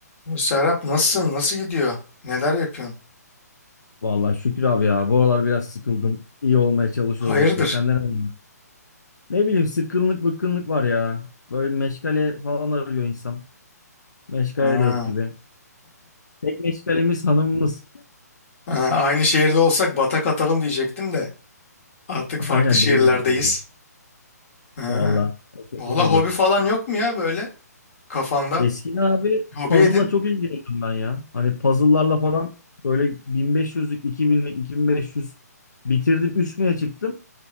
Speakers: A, on the left; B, on the left.
A: Bu Serhat nasılsın? Nasıl gidiyor? Neler yapıyorsun?
B: Vallahi şükür abi ya. Bu aralar biraz sıkıldım. İyi olmaya çalışıyoruz
A: Hayırdır?
B: işte. Senden ne bileyim. Ne bileyim sıkkınlık bıkkınlık var ya. Böyle bir meşgale falan arıyor insan. Meşgale
A: Ha.
B: de yok gibi. Tek meşgalemiz hanımımız.
A: Ha, aynı şehirde olsak batak atalım diyecektim de. Artık
B: <laughs> Aynen
A: farklı şehirlerdeyiz.
B: değiliz yani.
A: Ha.
B: Vallahi çok kötü
A: Valla
B: oldu.
A: hobi falan yok mu ya böyle kafanda?
B: Eskiden abi
A: Hobi
B: puzzle'la
A: edin.
B: çok ilgileniyordum ben ya. Hani puzzle'larla falan böyle 1500'lük, 2000'lik, 2500 bitirdim. 3000'e çıktım.